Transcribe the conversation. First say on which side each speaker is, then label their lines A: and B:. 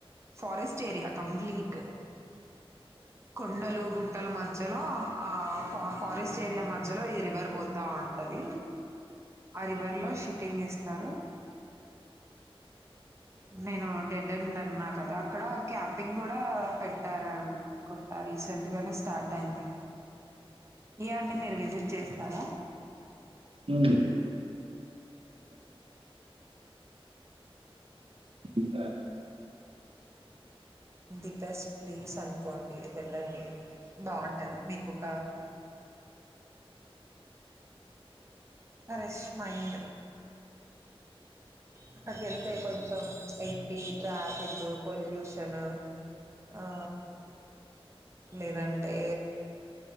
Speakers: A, on the right (about 30°); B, on the right (about 65°).
A: ఫారెస్ట్ ఏరియా కంప్లీట్ కొండలు గుట్టల మధ్యలో ఆ ఫారెస్ట్ ఏరియా మధ్యలో ఈ రివర్ పోతా ఉ టది ఆ రివర్ లో షిప్పింగ్ చేస్తారు నేను డెడ్ ఎండ్ అన్నా కదా అక్కడ క్యాంపింగ్ కూడా పెట్టారన్ కుంట రీసెంట్ గానే స్టార్ట్ అయింది ఇవన్నీ మీరు విజిట్ చేస్తారా
B: ఊ <inaudible> <inaudible>
A: ది బెస్ట్ ప్లేస్ అనుకోండి వెళ్ళండి బాగుంట టది మీకు ఒక ప్రెష్ మైండ్ అక్కడికివెళ్తే కొంచం ఏంటి ట్రాఫిక్ పొల్యూషన్ ఆ లేదంటే